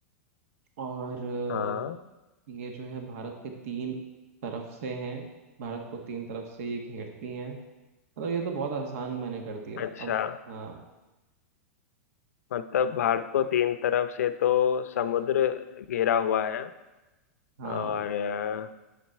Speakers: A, on the right; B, on the left.
A: और अ,
B: हाँ
A: ये जो है भारत के तीन तरफ से हैं भारत को तीन तरफ से ये घेरती हैं मतलब ये तो बहुत आसान मैंने कर दिया
B: अच्छा
A: अब हाँ
B: मतलब भारत को तीन तरफ से तो समुद्र घेरा हुआ है
A: हाँ
B: और अ,